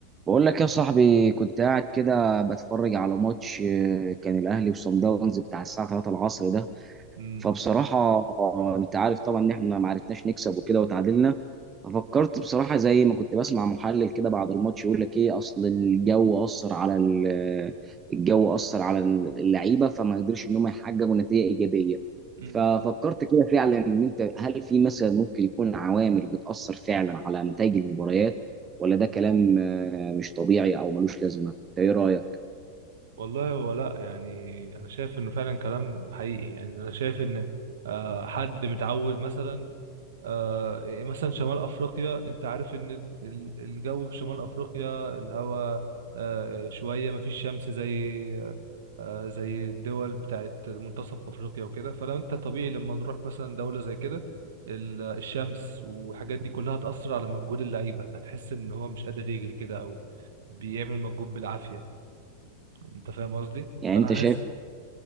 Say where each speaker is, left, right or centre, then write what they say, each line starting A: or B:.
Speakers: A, on the right; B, on the right.
A: بقول لك يا صاحبي كنت قاعد كده بتفرج على ماتش آه، كان الاهلي وصن داونز بتاع الساعه 3 العصر ده
B: مم.
A: فبصراحه آه، انت عارف طبعا ان احنا ما عرفناش نكسب وكده وتعادلنا ففكرت بصراحة زي ما كنت بسمع محلل كده بعد الماتش يقول لك ايه اصل الجو اثر على ال- الجو اثر على اللعيبة فما قدرش ان هم يحققوا نتيجة ايجابية
B: مم.
A: ففكرت كده فعلا ان انت هل في مثلا ممكن يكون عوامل بتأثر فعلا على نتائج المباريات ولا ده كلام آه، مش طبيعي او ملوش لازمة؟ إنت ايه رأيك؟
B: والله هو لا يعني انا شايف انه فعلا كلام حقيقي يعني انا شايف ان آه، حد متعود مثلا آه، يعني مثلا شمال افريقيا انت عارف ان ال- ال- الجو في شمال افريقيا الهواء آه، شويه ما فيش شمس زي آه، زي الدول بتاعت منتصف افريقيا وكده فلو انت طبيعي لما نروح مثلا دوله زي كده ال- الشمس والحاجات دي كلها هتأثر على مجهود اللعيبه هتحس ان هو مش قادر يجري كده او بيعمل مجهود بالعافيه انت فاهم قصدي
A: يعني
B: فانا
A: انت
B: حاسس
A: شايف